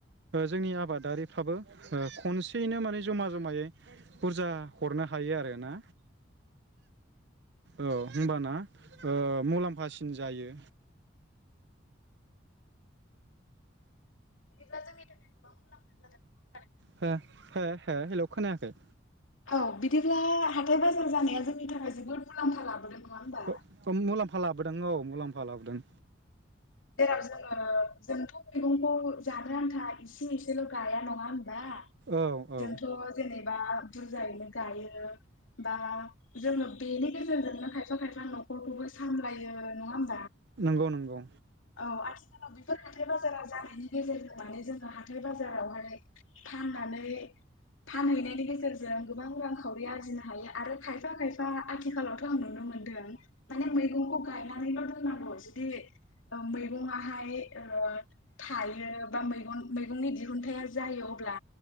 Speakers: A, on the right; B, on the left.
A: जोंनि आबादारिफ्राबो खनसेयैनो माने जमा जमायै बुरजा हरनो हायो आरोना औ होमबाना मुलाम्फासिन जायो
B: बिदिब्ला जोंनि थाखाय गोबां मुलाम्फा जादों
A: हे हे हेल खोनायाखै
B: औ बिदिब्ला हाथाय बाजार जानाया जोंनि थाखाय जोबोद मुलाम्फा लाबोदों होमबा
A: फ फ मुलाम मफा लाबोदों औ मुलाम्फा लाबोदों
B: औ जेराव जोङो जोंथ' मैगंखौ जानो आ आन्था इसे एसेल' गाया नङा बा
A: औ औ
B: जोंथ' जेनेबा बुरजायैनो गायो बा जोङो बेनि गेजेरजोंनो खायफा खायफा न'खरखौबो सामलायो नङा होम्बा
A: नंगौ-नंगौ
B: औ आथिखालाव बेफोर हाथथाय बाजारा जानायनि गेजेरजों माने जोङो हाथाय बाजारावहाय फाननानै फानहैनायनि गेजेरजों गोबां रांखावरि आरजिनो हायो आरो खायफा-खायफा आथिखालाव नुनो मोनदों माने मैगंखौ गायना नायनानैल' दोननांगौ जुदि मैगंआहाय थायो बा मैगं मैगंनि दिहुनथायाइ जायो अब्ला